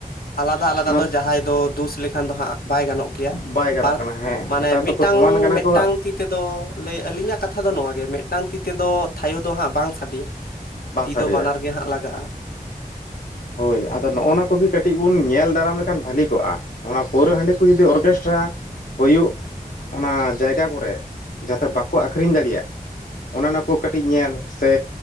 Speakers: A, on the left; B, on the left.
A: ᱟᱞᱟᱫᱟ ᱟᱞᱟᱫᱟ
B: ᱚᱱᱟ
A: ᱡᱟᱦᱟᱸᱭ ᱫᱚ ᱫᱩᱥ ᱞᱮᱠᱷᱟᱱ ᱫᱚ ᱦᱟᱸᱜ ᱵᱟᱭ ᱜᱟᱱᱚᱜ ᱜᱮᱭᱟ
B: ᱵᱟᱭ ᱜᱟᱱᱚᱜ
A: ᱵᱟᱨ
B: ᱠᱟᱱᱟ ᱦᱮᱸ
A: ᱢᱟᱱᱮ
B: ᱱᱮᱛᱟᱨ ᱫᱚᱠᱚ
A: ᱢᱤᱫᱴᱟᱝ
B: ᱥᱚᱢᱟᱱ ᱠᱟᱱᱟ
A: ᱢᱤᱫᱴᱟᱝ
B: ᱠᱚ
A: ᱛᱤ ᱛᱮᱫᱚ ᱞᱟᱹᱭ ᱟᱹᱞᱤᱧᱟᱜ ᱠᱟᱛᱷᱟ ᱫᱚ ᱱᱚᱣᱟᱣᱟᱜᱮ ᱢᱤᱫᱴᱟᱝ ᱛᱤ ᱛᱮᱫᱚ ᱛᱷᱟᱭᱚ ᱫᱚ ᱦᱟᱸᱜ ᱵᱟᱝ ᱥᱟᱰᱮᱭᱟ᱾
B: ᱵᱟᱝ
A: ᱛᱤ
B: ᱥᱟᱰᱮᱭᱟ
A: ᱫᱚ ᱵᱟᱱᱟᱨ ᱜᱮ ᱦᱟᱸᱜ ᱞᱟᱜᱟᱜᱼᱟ᱾
B: ᱦᱳᱭ ᱟᱫᱚ ᱱᱚᱜᱼᱱᱟ ᱠᱚᱜᱮ ᱠᱟᱹᱴᱤᱡ ᱵᱚᱱ ᱧᱮᱞ ᱫᱟᱨᱟᱢ ᱞᱮᱠᱷᱟᱱ ᱵᱷᱟᱞᱤ ᱠᱚᱜᱼᱟ᱾ ᱚᱱᱟ ᱯᱟᱹᱣᱨᱟᱹ ᱦᱟᱺᱰᱤ ᱠᱚ ᱡᱩᱫᱤ ᱚᱨᱠᱮᱥᱴᱨᱟ ᱦᱩᱭᱩᱜ ᱚᱱᱟ ᱡᱟᱭᱜᱟ ᱠᱚᱨᱮ ᱡᱟᱛᱮ ᱵᱟᱠᱚ ᱟᱠᱷᱨᱤᱧ ᱫᱟᱲᱮᱭᱟᱜ ᱚᱱᱟ ᱚᱱᱟ ᱠᱚ ᱠᱟᱹᱴᱤᱡ ᱧᱮᱞ ᱥᱮ